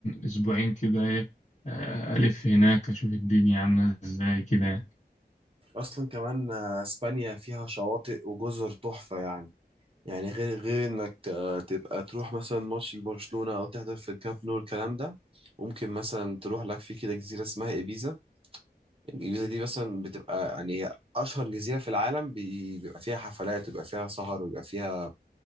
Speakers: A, on the left (about 40°); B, on the right (about 30°).
A: أسبوعين كده إيه آه، ألف هناك أشوف الدنيا عاملة إزاي كده يعني
B: أصلا كمان آه، إسبانيا فيها شواطئ وجزر تحفة يعني يعني غير غير إنك آه، تبقى تروح مثلا ماتش لبرشلونة أو تحضر في الكامب نو الكلام ده ممكن مثلا تروح لك في كده جزيرة اسمها إيبيزا الجزيرة دي مثلا بتبقى يعني هي أشهر جزيرة في العالم بي- بيبقى فيها حفلات وبيبقى فيها سهر وبيبقى فيها